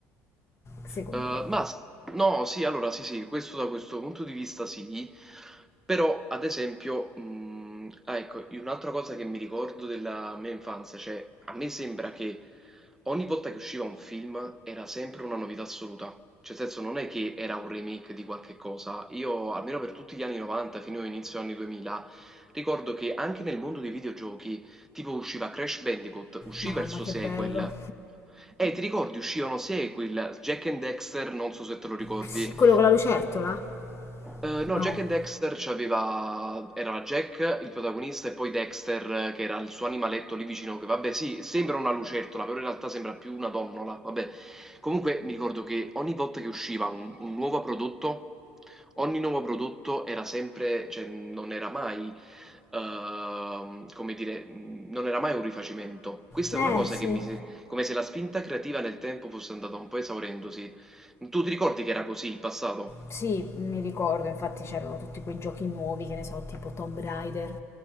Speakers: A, on the left; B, in the centre.
A: secondo
B: Eh,
A: me.
B: ma s- no, sì, allora sì, sì, questo da questo punto di vista sì, però ad esempio, mh, ah, ecco, io- un'altra cosa che mi ricordo della mia infanzia, cioè a me sembra che ogni volta che usciva un film era sempre una novità assoluta, cioè nel senso non è che era un remake di qualche cosa, io almeno per tutti gli anni 90 fino all'inizio anni 2000 ricordo che anche nel mondo dei videogiochi tipo usciva Crash Bandicoot, usciva
A: Mamma
B: il suo
A: che
B: sequel.
A: bello.
B: Eh, ti ricordi uscivano sequel, Jack and Dexter, non so se te lo ricordi,
A: Sì, Quello con la lucertola?
B: eh, no,
A: No.
B: Jack e Dexter c'aveva. Era Jack il protagonista e poi Dexter eh, che era il suo animaletto lì vicino. Che vabbè, sì, sembra una lucertola, però in realtà sembra più una donnola. Vabbè, comunque mi ricordo che ogni volta che usciva un, un nuovo prodotto, ogni nuovo prodotto era sempre, cioè non era mai, ehm, come dire, non era mai un rifacimento. Questa
A: Eh
B: è una cosa
A: sì,
B: che mi. se- come se la spinta creativa nel tempo fosse andata un po' esaurendosi. Tu ti ricordi che era così in passato?
A: Sì, mi ricordo, infatti c'erano tutti quei giochi nuovi, che ne so, tipo Tomb Raider,